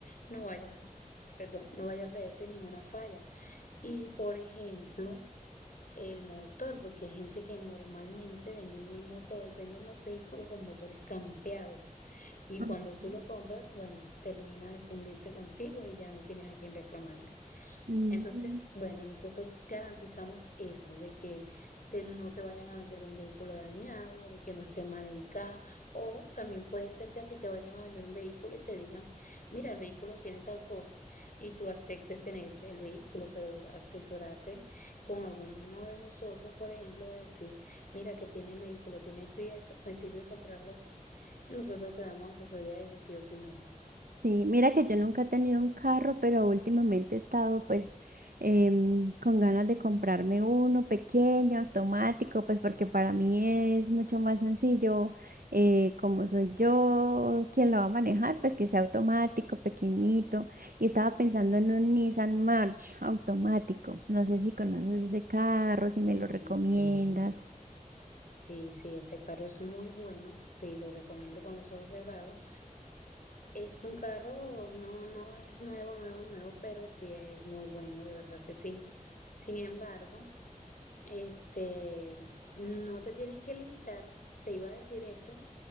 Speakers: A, on the left; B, on the right.
A: no vaya, perdón, no vaya a traerte ninguna falla. Y por ejemplo, el motor, porque hay gente que normalmente venden el motor, venden los vehículos con motores trampeados. Y
B: ujú,
A: cuando tú lo compras, bueno, termina de fundirse contigo y ya no tienes a quién reclamarle.
B: mm.
A: Entonces, bueno, nosotros garantizamos eso, de que te- no te vayan a vender un vehículo dañado, de que no esté mal en caja, o también puede ser que a ti te vayan a vender un vehículo y te digan, mira, el vehículo tiene tal cosa, y tú aceptes tener el vehículo, pero asesorarte con alguno de nosotros, por ejemplo, de decir, mira, que tiene el vehículo, tiene esto y esto, me sirve comprarlo así. Y nosotros te damos asesoría de si sí o si no.
B: Sí, mira que yo nunca he tenido un carro, pero últimamente he estado pues em, con ganas de comprarme uno pequeño, automático, pues porque para mí es mucho más sencillo, eh, como soy yo quien lo va a manejar, pues que sea automático, pequeñito. Y estaba pensando en un Nissan March automático. No sé si conoces ese carro, si me lo
A: Y
B: recomiendas.
A: sí. Sí, sí, este carro es muy bueno, te lo recomiendo con los ojos cerrados. Es un carro, no, no es nuevo, nuevo, nuevo, pero sí es muy bueno, de verdad que sí. Sin embargo, este, no te tienes que limitar, te iba a decir eso,